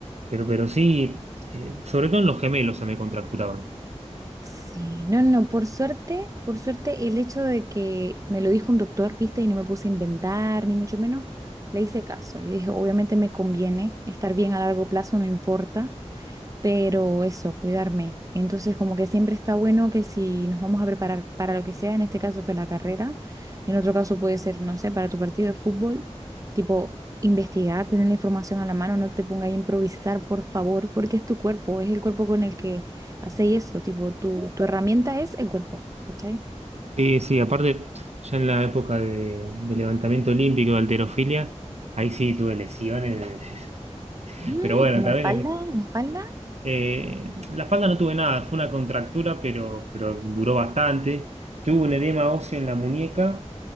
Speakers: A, on the right; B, on the right.
A: pero, pero sí, eh, sobre todo en los gemelos se me contracturaban.
B: Sí, no, no, no, por suerte, por suerte el hecho de que me lo dijo un doctor, viste, y no me puse a inventar, ni mucho menos, le hice caso. Yo dije, obviamente me conviene estar bien a largo plazo, no importa pero eso, cuidarme. Entonces, como que siempre está bueno que si nos vamos a preparar para lo que sea, en este caso fue la carrera, en otro caso puede ser, no sé, para tu partido de fútbol, tipo investigar, tener la información a la mano, no te pongas a improvisar, por favor, porque es tu cuerpo, es el cuerpo con el que hacéis eso, tipo tu, tu herramienta es el cuerpo, ¿cachai?
A: Sí, sí, aparte, ya en la época de, de levantamiento olímpico de halterofilia, ahí sí tuve lesiones, <laughs>
B: Mm,
A: pero bueno,
B: ¿y la
A: también
B: espalda?
A: en-
B: ¿En ¿La espalda?
A: eh, la espalda no tuve nada, fue una contractura, pero, pero duró bastante. Tuve un edema óseo en la muñeca